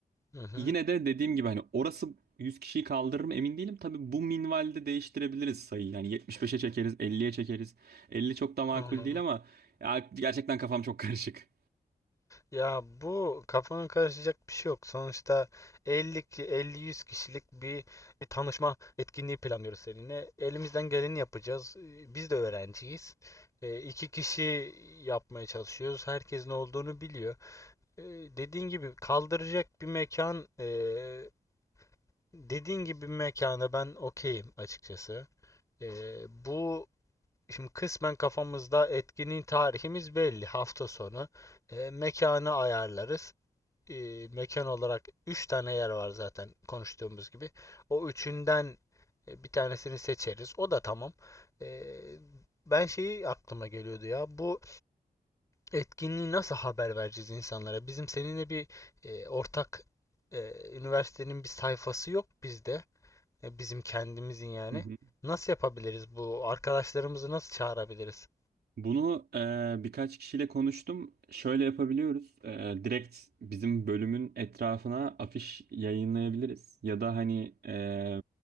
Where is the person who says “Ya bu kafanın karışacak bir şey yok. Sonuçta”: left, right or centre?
Left